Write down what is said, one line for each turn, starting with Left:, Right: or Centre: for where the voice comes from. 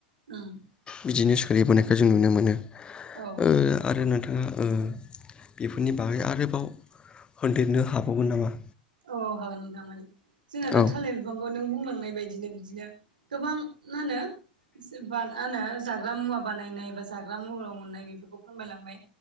Right: ओम।
Left: बिदिनो सोलिबोनायखौ जों नुनो मोनो।
Right: औ
Left: ओ आरो नो थाङा ओ बेफोरनि बागै आरोबाव होन्देरनो हाबावगोन नामा?
Right: अ हागोन नोंथां माने जोंनाथ'
Left: औ
Right: थालिर बिफांखौ नों बुंलांनाय बायदिनो बिदिनो गोबां मा होनो सिब बाद आनो जाग्रा मुवा बानायनाय बा जाग्रा महराव मोननाय बेफोरखौ फोरमायलांबाय